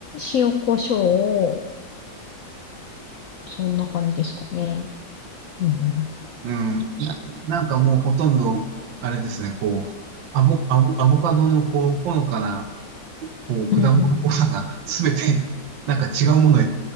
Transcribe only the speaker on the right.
うん、な、なんかもうほとんど、あれですね、こう、アボ、アボ、アボカドのこう、ほのかな、こう、
果物っぽさが
<laughs>、すべて、なんか違うものへ、